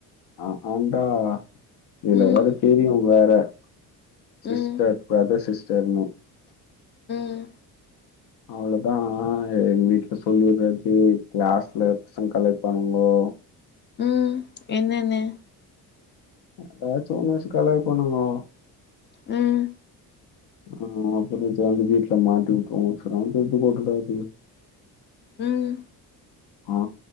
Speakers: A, on the left; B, on the left.
A: அக்காண்டா இதுல
B: ம்
A: வேற சீனியர் வேற சிஸ்டர்
B: ம்
A: பிரதர் சிஸ்டர்னு
B: ம்
A: அவ்ளோதா எங்க வீட்ல சொல்லிறது கிளாஸ்ல பசங் காலாய்ப்பானுங்கோ
B: ம் என்னன்னு
A: ஏதாவாச்சும் ஒன்ன வச்சு கலாய்ப்பாணுங்கோ அவ்ளதா
B: ம்
A: ஆ அப்றோ ஜானு வீட்ல மாட்டி விட்ருவோ சொன்னோ தூக்கி போட்டுட்டு அபி
B: ம்
A: ஆ